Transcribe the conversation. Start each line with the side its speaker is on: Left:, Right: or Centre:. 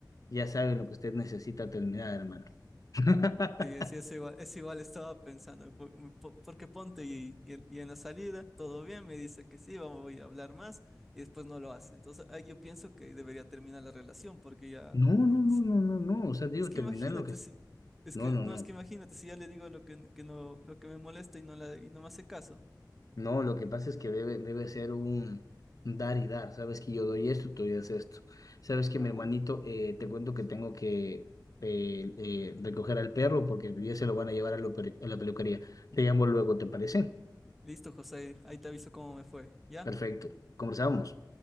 Left: ya sabes lo que usted necesita terminar, hermano. <laughs>
Centre: Sí, es, es igual, es igual estaba pensando, po- po- porque ponte y, y el- y en la salida todo bien, me dice que sí, vamos, voy a hablar más y después no lo hace. Entonces ahí yo pienso que debería terminar la relación porque ya,
Left: No, no, no,
Centre: si-
Left: no, no, no. O sea, digo,
Centre: es que
Left: terminar
Centre: imagínate,
Left: lo que...
Centre: si- es
Left: No,
Centre: que
Left: no,
Centre: no,
Left: no.
Centre: es que imagínate si ya le digo lo que, que no, lo que me molesta y no, la, y no me hace caso.
Left: No, lo que pasa es que debe, debe ser un dar y dar. Sabes que yo doy esto, tú das esto. Sabes que
Centre: Ah,
Left: mi hermanito, eh, te cuento que tengo que eh, eh, recoger al perro porque ya se lo van a llevar a, la peri- a la peluquería. Te llamo luego, ¿te parece?
Centre: listo, José, ahí te aviso cómo me fue. ¿Ya?
Left: Perfecto. Conversamos.